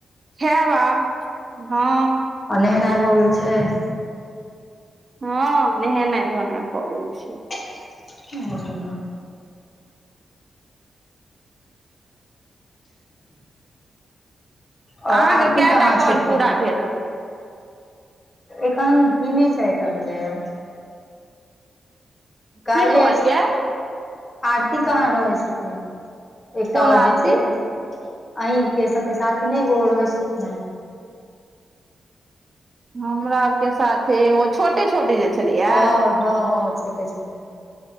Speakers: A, on the right; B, on the left.
A: खेब आब हऽ।
B: ओर नहेनाय भऽ गेल छैय?
A: हऽ नहेनैय धोनाय भ गेल छैय।
B: <inaudible>
A: अहाँके
B: और आरती
A: कएटा
B: काहाँ
A: कॉल
B: छथिन?
A: पूरा भेल न?
B: एखन तिने चैर टा भेलैया। कैल्हे
A: की कहलियै
B: स आरती कहाँ रहै छथिन? एकटा
A: कोन
B: और
A: आरती
B: जेछै अहीं के सबके साथे नै एगो रहै छेलखिन हे।
A: हमरा सबके साथे एगो छोटे-छोटे जे छलैया
B: हँ हँ हँ छोटे -छोटे,